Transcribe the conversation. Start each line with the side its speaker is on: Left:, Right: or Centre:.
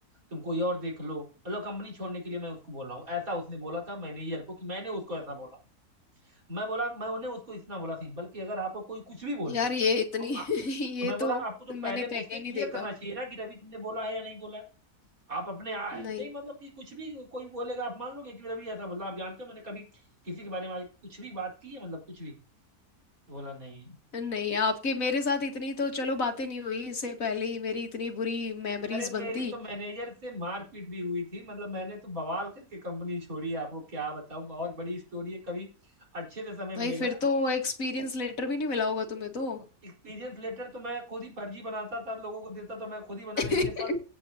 Right: तुम कोई और देख लो मतलब कंपनी छोड़ने के लिए मैं उसको बोल रहा हूँ ऐसा उसने बोला था मैनेजर को कि मैंने उसको ऐसा बोला मैं बोला मैं उन्हें उसको इतना बोला सिंपल कि अगर आपको कोई कुछ भी बोले
Left: यार ये
Right: तो,
Left: इतनी
Right: आ,
Left: <laughs>
Right: तो
Left: ये
Right: मैं बोला
Left: तो
Right: आपको तो
Left: मैंने
Right: पहले
Left: कहीं
Right: मुझसे क्लियर
Left: नहीं देखा
Right: करना चाहिए ना कि रवि तुमने बोला है या नहीं बोला है। आप अपने आ-
Left: नहीं
Right: ऐसे ही मतलब कि कुछ भी कोई बोलेगा आप मान लोगे कि रवि ऐसा बोला आप जानते हो मैंने कभी किसी के बारे में आज कुछ भी बात की है मतलब कुछ भी बोला नहीं है
Left: नहीं
Right: तो
Left: आपके मेरे साथ इतनी तो चलो बातें नहीं हुई इससे पहले ही मेरी इतनी बुरी मेमोरीज
Right: अरे मेरी
Left: बनती
Right: तो मैनेजर से मारपीट भी हुई थी मतलब मैंने तो बवाल करके कंपनी छोड़ी है, आपको क्या बताऊं बहुत बड़ी स्टोरी है कभी अच्छे से समय मिलेगा
Left: भाई फिर
Right: ना
Left: तो एक्सपीरियंस लेटर भी नहीं मिला होगा तुम्हें तो
Right: एक्सपीरियंस लेटर तो मैं खुद ही फर्जी बनाता था लोगों को देता तो मैं खुद ही बना
Left: <laughs>
Right: ले मेरे पास